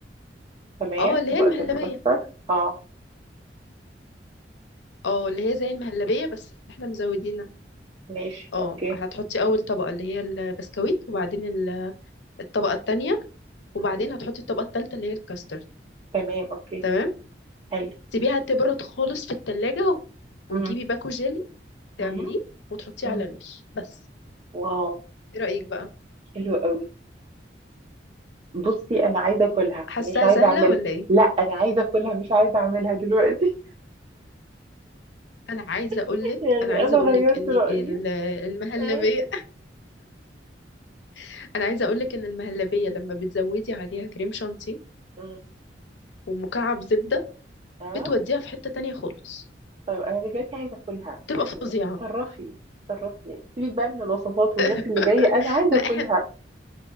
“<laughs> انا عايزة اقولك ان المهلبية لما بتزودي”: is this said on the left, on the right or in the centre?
Left